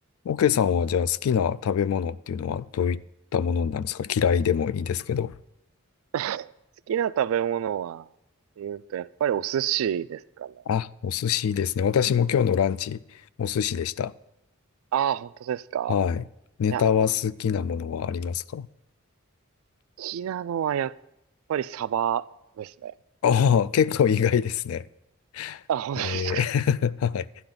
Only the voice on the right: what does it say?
<laughs> 好きな食べ物は、って言うと、やっぱりお寿司ですかね。
ああ、本当ですか。
いや、好きなのはやっぱりサバですね。
あ、本当ですか。
い